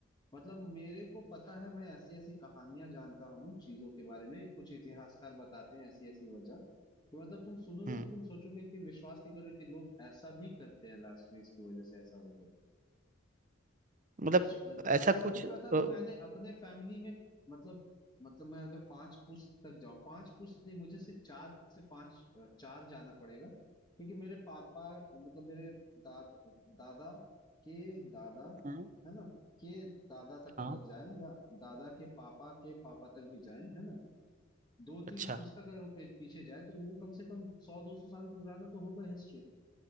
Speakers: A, on the left (about 20°); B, on the right (about 40°).
A: मतलब मेरे को पता है मैं ऐसी ऐसी कहानियां जानता हूँ चीजों के बारे में कुछ इतिहासकार बताते हैं ऐसी ऐसी वजह कि मतलब तुम सुनोगे
B: हम्म
A: तो तुम सोचोगे कि विश्वास नहीं करोगे कि लोग ऐसा भी करते हैं लास्ट में इसकी वजह से ऐसा हो गया
B: मतलब
A: अब श-
B: ऐसा
A: जैसे सती
B: कुछ
A: प्रथा
B: अ,
A: तो मैंने अपने फैमिली में मतलब मतलब मैं अगर पांच पुश्त तक जाऊं पांच पुश्त नहीं मुझे सिर्फ चार से पांच अ, चार जाना पड़ेगा क्योंकि मेरे पापा मतलब मेरे दाद दादा के दादा
B: हम्म,
A: है ना के दादा तक
B: हाँ
A: अगर जाए या दादा के पापा के पापा तक भी जाए है ना दो
B: अच्छा
A: तीन पुस्तक अगर पे- पीछे जाए तो वो कम से कम सौ दो सौ साल पुराना तो होगा हिस्ट्री